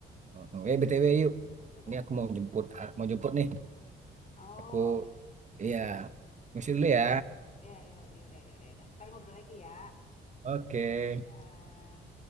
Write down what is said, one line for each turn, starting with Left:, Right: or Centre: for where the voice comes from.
Right: Heeh. eh BTW yuk
Left: Mm-mm.
Right: ini aku mau jemput ah, mau jemput nih
Left: Oh,
Right: aku
Left: oke.
Right: iya mesti dulu ya
Left: Ya, ya, ya udah, ya udah, ya udah. Ntar ngobrol lagi ya.
Right: oke
Left: Dah.